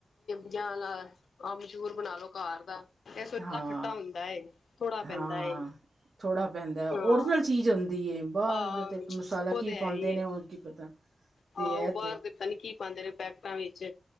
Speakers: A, on the left; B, on the right.
A: ਜਾ ਨਾ ਅਮਚੂਰ ਬਣਾ ਲੋ ਘਰ ਦਾ ਇਹ
B: ਹਾਂ
A: ਦਾ ਖਟਾ ਹੁੰਦਾ ਥੋੜਾ।
B: ਹਾਂ
A: ਪੈਂਦਾ ਏ
B: ਥੋੜਾ ਪੈਂਦਾ
A: ਹਾਂ
B: ਓਰੀਜਨਲ ਚੀਜ਼ ਹੁੰਦੀ ਏ। ਬਾਹਰ
A: ਆਹ
B: ਦੇ ਤੇ ਮਸਾਲਾ ਕੀ
A: ਉਹ ਤੇ ਹੈ
B: ਪਾਉਂਦੇ
A: ਹੀ
B: ਨੇ
A: ਏ
B: ਉਹ ਕੀ ਪਤਾ। ਤੇ
A: ਆਹੋ ਉਹ
B: ਇਹ
A: ਬਾਹਰ ਤੇ ਪਤਾ ਨਹੀਂ ਕੀ ਪਾਉਂਦੇ ਨੇ ਪੈਕਟਾਂ ਵਿੱਚ।